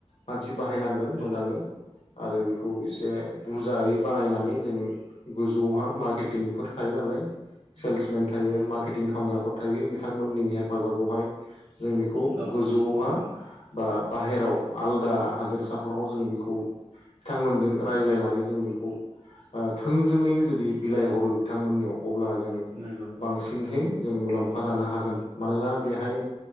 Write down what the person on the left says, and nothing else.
मानसि बाहायनांगोन
मोजाङै आरो बेखौ इसे बुजायै बानायनानै जों गोजौहा मार्केटिंफोर थायो नालाय सेल्समेन थायो मार्केटिं खालामग्राफोर थायो बिथांमोननि हेफाजाबावहाय जों बेखौ
गोजौआव बा बाहेराव आलदा हादोरसाफोराव जों बेखौ बिथांमोनजों रायज्लायनानै जों बेखौ थोंजोङैनो जुदि बिलाइ हरो बिथांमोननियाव। अब्ला जों
बांसिनहै जों मुलाम्फा जानो हागोन मानोना बेहाय